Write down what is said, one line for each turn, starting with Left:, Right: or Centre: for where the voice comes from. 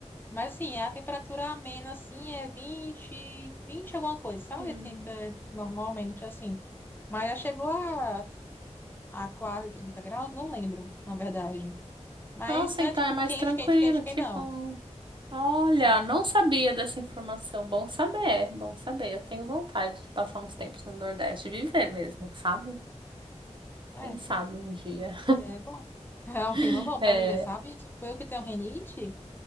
Left: mas assim, a temperatura amena, assim, é 20, 20 alguma coisa, sabe?
Right: Hum.
Left: Tem, é, normalmente, assim. Mas já chegou a a quase 30 graus, não lembro, na verdade. Mas
Right: Nossa,
Left: não
Right: então
Left: é tipo
Right: é mais
Left: quente,
Right: tranquilo,
Left: quente, quente, quente,
Right: que
Left: não,
Right: bom. Olha,
Left: sabe?
Right: não sabia dessa informação. Bom saber, bom saber. Eu tenho vontade de passar uns tempos no Nordeste, viver mesmo, sabe?
Left: É,
Right: Quem sabe um dia.
Left: e é bom. <laughs> É um clima
Right: <laughs>
Left: bom pra
Right: É,
Left: viver, sabe? Tipo, eu que tenho rinite,